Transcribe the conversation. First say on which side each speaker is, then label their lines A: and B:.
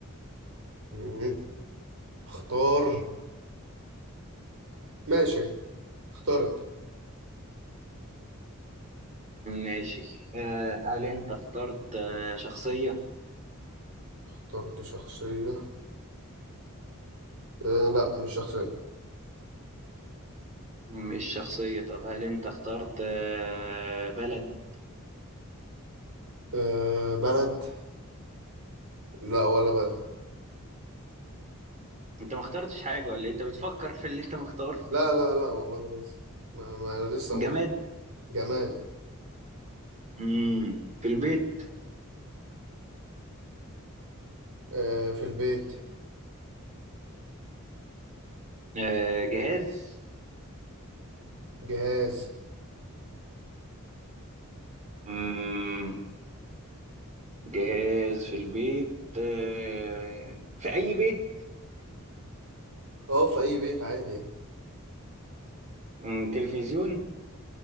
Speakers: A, on the right; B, on the right.
A: مم. اختار ماشي اخترت
B: ماشي آه هل انت اخترت آه شخصية
A: اخترت شخصيه أه لا مش شخصيه
B: مش شخصية طب هل انت اخترت آه بلد
A: أه بلد لا ولا بلد
B: انت ما اخترتش حاجة ولا إيه؟ انت بتفكر في اللي انت مختاره
A: لا لا لا والله لسه ما, ما انا لسه مبسوط
B: جماد
A: جماد
B: مم. في البيت
A: آه في البيت
B: آه جهاز
A: جهاز
B: مم. جهاز في البيت آه في أي بيت
A: اه في اي بيت عادي
B: مم. تلفزيون